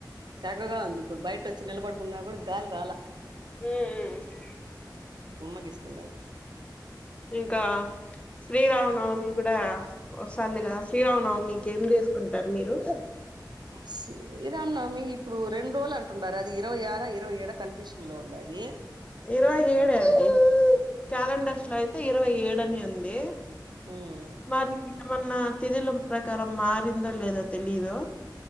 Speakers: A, on the right; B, on the left.
A: చక్కగా ఉంది. ఇప్పుడు బయట వచ్చి నిలబడుకున్నా కూడా గాలి రాలే
B: ఉమ్ మ్
A: ఉమ్మగీస్తున్నారు.
B: ఇంకా శ్రీరామనవమి కూడా వస్తందిగా శ్రీరామనవమికి ఏం చేసుకుంటారు మీరు
A: శ్రీ రామ్నవమి ఇప్పుడు రెండు రోజులు అంటుంటారు. అది ఇరవై ఆర ఇరవై ఏడా కన్ఫ్యూషన్ లో ఉండాది.
B: ఇరవై ఏడే అండి క్యాలెండర్స్ లో అయితే ఇరవై ఏడుని ఉంది.
A: ఉమ్
B: మరి ఇగ మోన్నా తిథీలం ప్రకారం మారిందో లేదో తెలిదు.